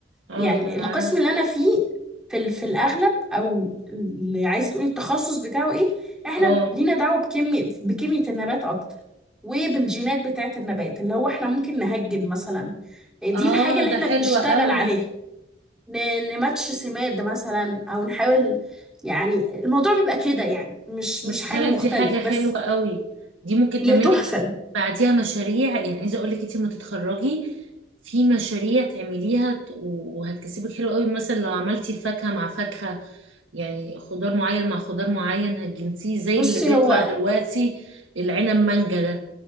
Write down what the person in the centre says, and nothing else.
يعني
القسم
اللي أنا فيه في ال- في الأغلب أو اللي عايزة تقولي التخصص بتاعه إيه إحنا
لينا دعوة بكيمياء بكيمياء النبات أكتر وبالجينات بتاعة النبات اللي هو إحنا ممكن نهجن مثلا آه، دي
الحاجة اللي
إحنا
بنشتغل
عليها ن- نماتش سماد مثلا أو نحاول يعني الموضوع بيبقى كده يعني مش مش
حاجة
مختلف
بس
هي
تحفة
بصي
هو